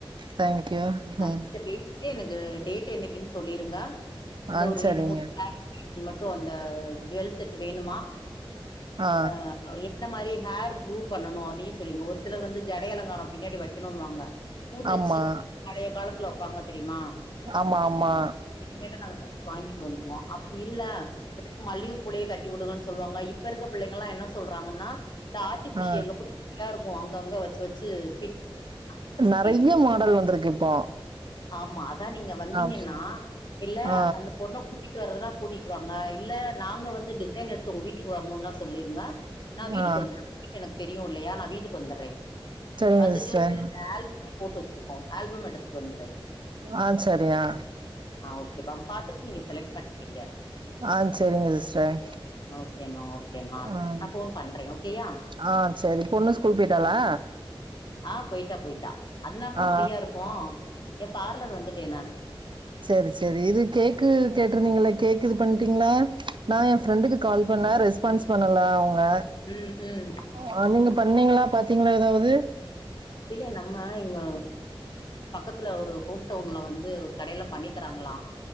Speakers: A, on the right; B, on the left.
A: தேங்க்யூ
B: நான்
A: ம்
B: கிட்ட பேசிட்டு எனக்கு டேட் என்னிக்கின் சொல்லிருங்க இந்த
A: ஆ
B: ஒரு
A: சரிங்க
B: ரெண்டு மூ நா மட்டும் அந்த ஜுவல் செட் வேணுமா
A: ஆ
B: அ எந்த மாரி ஹேர் க்குரூ பண்ணணும் அ அதையும் சொல்லுங்க ஒரு சிலர் வந்து ஜடை அலங்காரம் பின்னாடி வைக்கணும்ன்னனுவாங்க பூத்தச்சு
A: ஆமா
B: பழைய காலத்துல வைப்பாங்க தெரியுமா
A: ஆமா ஆமா
B: இனிமேளு கேட்ட நாங்க வாங்கிட்டு வந்துருவோம் அப்டி இல்ல மல்லிகைப்பூலையே கட்டி விடுங்கன்னு சொல்லுவாங்க இப்ப இருக்கற பிள்ளைங்களாம் என்ன சொல்றாங்கன்னா.. இந்த ஆர்டிபிஷியல்ல
A: ஆ
B: குட்டியா இருக்கும் அங்கங்க வச்சு வச்சு பின்
A: நெறைய
B: கேட்டு சொறிவுக்குவாங்க
A: மாடல் வந்திருக்கு இப்போ
B: ஆமா அதான் நீங்க வந்தீங்கன்னா
A: ஆ
B: இல்ல
A: ஆ
B: அந்த பொண்ண கு கூட்டிட்டு வர்றதுனா கூட்டிட்டு வாங்க இல்ல நாங்க வந்து டிசைன் எடுத்து உங்க வீட்டுக்கு வரணும்னா சொல்லிருங்க நான் வீட்டுக்கு
A: ஆ
B: வந்துறேன் உங்க வீடு எனக்கு தெரியும் இல்லையா நான் வீட்டுக்கு வந்துறேன்
A: சரிங்க
B: வந்துட்டு
A: சிஸ்டர்
B: அந்த ஆல் போட்டு வச்சிருக்கோம் ஆல்பம் எடுத்துட்டு வந்துறேன்
A: ஆ சரி ஆ
B: ஆ ஓகேப்பா பாத்துட்டு நீங்க செலக்ட் பண்ணிப்பீங்க
A: ஆ சரிங்க சிஸ்டர்
B: ஓகேமா ஓகேமா
A: ம்
B: நான் ஃபோன் பண்றேன் ஓகேயா
A: ஆ சரி பொண்ணு ஸ்கூல் போயிட்டாலா
B: ஆ போயிட்டா போயிட்டா அதனால தான்
A: ஆ
B: ஃப்ரீயா இருக்கோ இங்க பார்லர் வந்துட்டே நானு
A: சேரி சேரி இது கேக்கு கேட்டிருந்தீங்கள கேக் இது பண்ணிட்டீங்களா? நான் என் ஃபிரெண்டுக்கு கால் பண்ணேன் ரெஸ்பான்ஸ் பண்ணல அவுங்க
B: ம் ம்
A: ஆ நீங்க பண்ணீங்களா பாத்தீங்களா ஏதாவது
B: இல்ல நம்ம இங்க பக்கத்துல ஒரு ஹோம்டவுன்ல வந்து கடையில பண்ணி தராங்களாம்